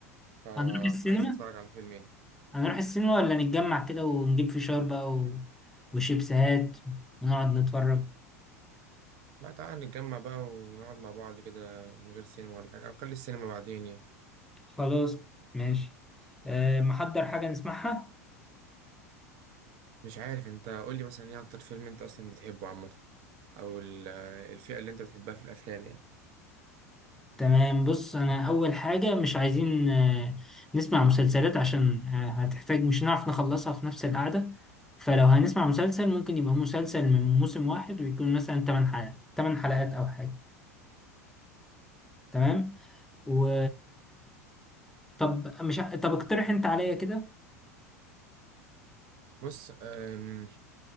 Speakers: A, on the right; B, in the centre.
A: فعايز
B: هنروح السينما
A: أتفرج على فيلم ايه؟
B: هنروح السينما ولا نتجمع كده ونجيب فشار بقى و... وشيبسات ونقعد نتفرج
A: لا تعالى نتجمع بقى ونقعد مع بعض كده من غير سينما ولا حاجة أو خلي السينما بعدين يعني
B: خلاص ماشي أه محضر حاجة نسمعها
A: مش عارف أنت قولي مثلا ايه أكتر فيلم أنت أصلا بتحبه عامة أو ال- الفئة اللي أنت بتحبها في الأفلام يعني
B: تمام بص انا اول حاجه مش عايزين آه، نسمع مسلسلات عشان آه، هتحتاج مش هنعرف نخلصها في نفس القعده فلو هنسمع مسلسل ممكن يبقى مسلسل من موسم واحد ويكون مثلا 8 حلقات 8 حلقات او حاجه تمام و طب مش ع- طب اقترح انت عليا كده
A: بص أم،